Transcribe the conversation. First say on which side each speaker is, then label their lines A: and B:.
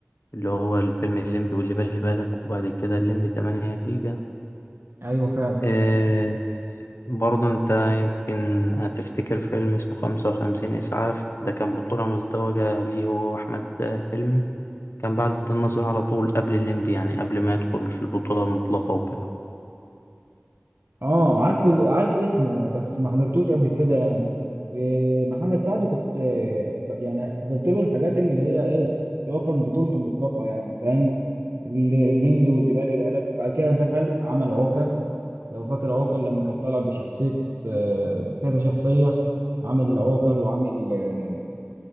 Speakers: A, on the left (about 80°); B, on the right (about 70°).
A: اللي هو الفيلم الليمبي واللي بالي بالك وبعد كده الليمبي 8 جيجا
B: ايوه فعلا
A: إيه برضه أنت يمكن هتفتكر فيلم اسمه 55 إسعاف ده كان بطولة مزدوجة ليه هو وأحمد حلمي كان بعد النظر على طول قبل الليمبي يعني قبل ما يدخل في البطولة المطلقة وكده
B: اه عارفه عارف اسمه بس ما حضرتوش قبل كده يعني إيه، محمد سعد كنت إيه، ب- يعني حضرت له الحاجات اللي هي ايه اللي هو كان بطولته مطلقه يعني فاهم اللي- الليمبي واللي بالي بالك بعد كده دخل عمل عوكل لو فاكر عوكل لما كان طالع بشخصيه آه، كذا شخصيه عامل عوكل وعامل آه،